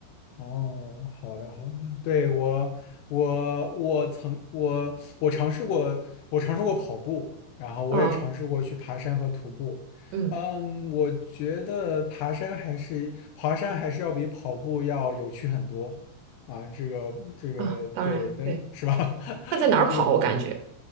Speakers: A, on the left; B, on the right.
A: 哦，好的好的，对我我我曾我我尝试过，我尝试过跑步，然后我也尝试过去爬山和徒步。
B: 啊，嗯
A: 嗯，我觉得爬山还是爬山还是要比跑步要有趣很多啊，这个这个对，
B: 啊，当然对，
A: 但是吧，<laughs>
B: 那在哪儿跑，
A: 我就
B: 我感觉